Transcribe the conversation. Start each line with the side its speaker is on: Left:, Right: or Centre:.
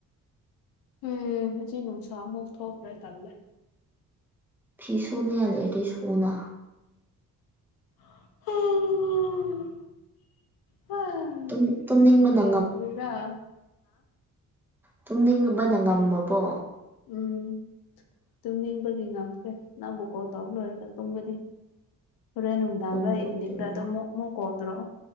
Left: ꯎꯝ ꯍꯧꯖꯤꯛ ꯅꯨꯡꯁꯥ ꯃꯨꯥꯎ ꯊꯣꯛꯈ꯭ꯔꯦ ꯇꯜꯂꯦ
Centre: ꯐꯤꯁꯅꯌꯥ ꯂꯦꯗꯤꯁ ꯍꯨꯅꯥ
Left: <unintelligible> ꯍꯥ
Centre: ꯇꯨꯝ
Left: ꯇꯨꯃꯅꯦ
Centre: ꯇꯨꯝꯅꯤꯡꯕꯅ
Left: ꯀ꯭ꯔꯔꯤ
Centre: ꯇꯨꯝꯅꯤꯡꯕꯅꯥ ꯉꯝꯃꯕꯣ
Left: ꯎꯝ ꯇꯨꯝ ꯅꯤꯡꯕꯒꯤ ꯉꯝꯈ꯭ꯔꯦ ꯅꯪꯕꯨꯀꯣ ꯇꯧ ꯂꯣꯏꯔꯒ ꯇꯨꯝꯒꯅꯤ ꯍꯣꯔꯦꯟ ꯅꯨꯡꯗꯥꯡꯒꯔ
Centre: ꯇꯨꯝꯃꯣ
Left: ꯏꯚꯤꯅꯤꯡꯒ꯭ꯔ
Centre: ꯇꯨꯝꯃꯣ
Left: ꯑꯗꯨꯝ ꯃꯣꯛꯀꯣ ꯅꯇꯔꯣ